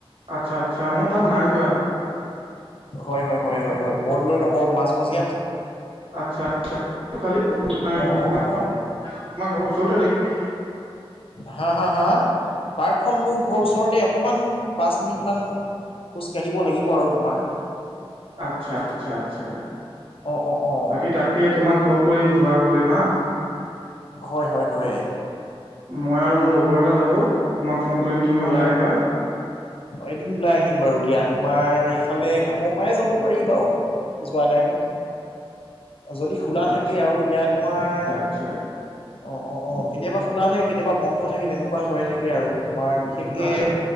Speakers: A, on the right; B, on the left.
A: আচ্ছা আচ্ছা মই তাত নাই যোৱা।
B: হয়-হয়-হয়-হয়-হয় বৰ্দলৈ নকৰ মাজ মজিয়াত।
A: আচ্ছা আচ্ছা <unintelligible>
B: অ অ অ
A: ঘৰৰ ওচৰতে নেকি?
B: হা-হা-হা পাৰ্কখন মোৰ ঘৰৰ ওচৰতে অকমান পাঁচ মিনিট মান খোজ কাঢ়িব লাগিব আৰু তোমাৰ।
A: আচ্ছা আচ্ছা আচ্ছা।
B: অ অ অ।
A: বাকী তাকে তোমাক কল কৰিম যোৱা হ'লে হা?
B: হয় হয় হয়।
A: মই আৰু মোৰ লগৰ এটা যাব তোমাক ফোন কৰিম তুমি ওলাই
B: অ
A: আহিবা
B: অ অ। অ এদিন ওলাই আহিম বাৰু দিয়া তোমাৰ ইফালে কামৰ পৰাই যাব পাৰি বাৰু। জোৱা টাইমত। যদি খোলা
A: আচ্ছা
B: থাকে আৰু এতিয়া তোমাৰ
A: আচ্ছা
B: অ অ অ কেতিয়াবা খোলা থাকে কেতিয়াবা বন্ধ থাকে তেনেকুৱা হৈ থাকে আৰু, তোমাৰ বিশেষকে
A: আচ্ছা